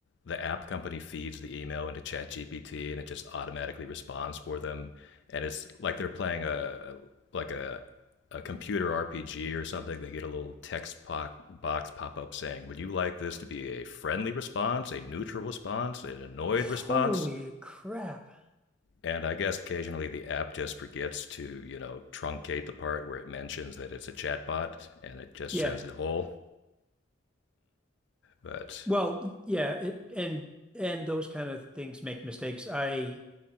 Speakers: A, on the left; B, in the centre.
A: the app company feeds the email into ChatGPT and it just automatically responds for them, and it's like they're playing a like a a computer RPG or something. They get a little text po- box pop up saying, "Would you like this to be a friendly response, a neutral response, an annoyed
B: holy
A: response?"
B: crap!
A: And I guess occasionally the app just forgets to, you know, truncate the part where it mentions that it's a chatbot and it just
B: Yeah,
A: sends it whole. But
B: well, yeah, it and and those kind of things make mistakes. I